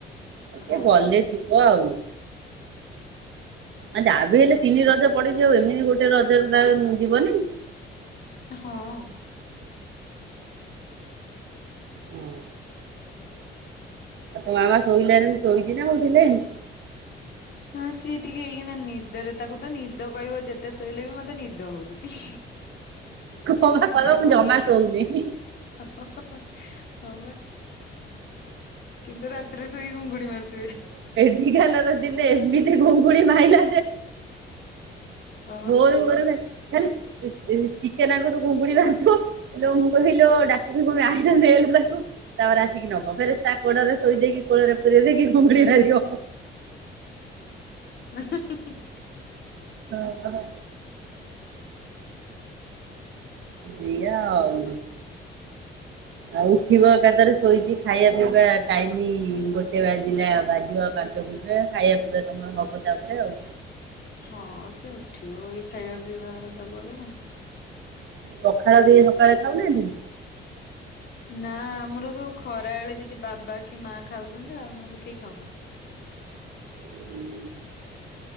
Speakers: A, on the right (about 70°); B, on the left (about 55°).
A: ସେ
B: ହଁ
A: ଗଲେ
B: ବା
A: ଯିବ ଆଉ। ଆ ଯାହା ବି
B: ହୁଁ
A: ହେଲେ ତିନି ରଜ ପଡିଚି ଆଉ ଏମିତି ଗୋଟେ ରଜରେ ତାର ଯିବନି।
B: ହଁ।
A: ହୁଁ। ଆଉ ତୋ ମାମା ଶୋଇଲାଣି ଶୋଇଚି ନା ଉଠିଲାଣି?
B: ହଁ ସିଏ ଟିକେ ହେଇନା ନିଦରେ ତାକୁ ତ ନିଦ କହିବ ଯେତେ ଶୋଇଲେ ବି ମତେ ନିଦ ହଉନି।
A: କଣ ବା କହିବ
B: ତା
A: ମୁଁ
B: ଗଡୁଛି
A: ଜମା ଶୋଉନି।
B: ହଁ ବା। କିନ୍ତୁ ରାତିରେ ଶୋଇ ଘୁଙ୍ଗୁଡି ମାରୁଥିବେ।
A: <unintelligible> ଦିନେ ଏମିତି ଘୁଙ୍ଗୁଡ଼ି ମାଇଲା
B: ହଁ।
A: ଭୋରୁ ଭୋରୁ। <unintelligible> ଖାଲି ଟିକେ ନାକୁରୁ ଘୁଙ୍ଗୁଡ଼ି ମାରିଥିବ ଆଲୋ ମୁଁ କହିବି ଲୋ ଡାକିବି କହିବି ଆଲୋ ନେଲୋ ତାକୁ, ତାପରେ ଆସି ଠିକି ନବ ଫେରେ ତା କୋଡ଼ ରେ ଶୋଇ ଦେଇକି କୋଳରେ ପୁରେଇ ଦେଇକି ଘୁଙ୍ଗୁଡ଼ି ମାରିବ।
B: ହ <unintelligible>
A: ଅ ଅ ଦିଅ ଆଉ। ଆଉ ଉଠିବ ଏକାତରେ ଶୋଇଛି ଖାଇବା ପିଇବା ଟାଇମି ଗୋଟେ ବାଜିଲା ବାଜିବ ପାନ୍ <unintelligible> ଖାଇବା ପିଇବା ତମର ହବ ତାପରେ ଆଉ।
B: ହଁ ସେ ଉଠିବ ଏଇ ଖାଇବା ପିଇବା ଦବାକୁ ଆଉ।
A: ପଖାଳ ଦେଇ ସକାଳେ ଖାଉନାହାନ୍ତି କି?
B: ନା ଆମର ସବୁ ଖରାବେଳେ ଯଦି ବାବା କି ମା ଖାଉଛନ୍ତି ଆଉ ନହେଲେ କେଇ ଖାଉନାହାନ୍ତି।
A: ହୁଁ